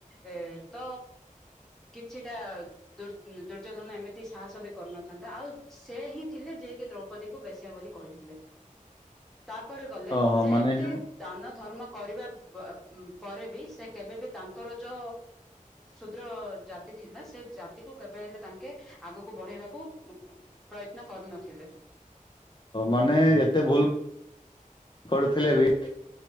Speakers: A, in the centre; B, on the left.
A: ଏ ତ କିଛିଟା ଦୁର୍ ଦୁର୍ଯ୍ୟୋଧନ ଏମିତି ସାହସ ବି କରିନଥାନ୍ତା ଆଉ ସେ ହିଁ ଥିଲେ ଯିଏ କିି ଦ୍ରୌପ ପତିକୁ ବେଶିବା ବୋଲି କହିଥିଲେ। ତାପରେ ଗଲେ
B: ଓହୋ
A: ସେ
B: ମାନେ
A: ଏତେ
B: ଓ
A: ଦାନ ଧର୍ମ କରିବା ପରେ ବି ସେ କେବେ ବିି ତାଙ୍କର ଯୋ ସୁଦ୍ର ଜାତି ଥିଲା ସେ ତି କେବେ ହେଲେ ତାଙ୍କେ ଆଗକୁ ବଢେଇବାକୁ ପ୍ରୟତ୍ନ କରିନଥିଲେ।
B: ମାନେ ଯେତେ ଭୁଲ୍ କରିୁଥିଲେ ବି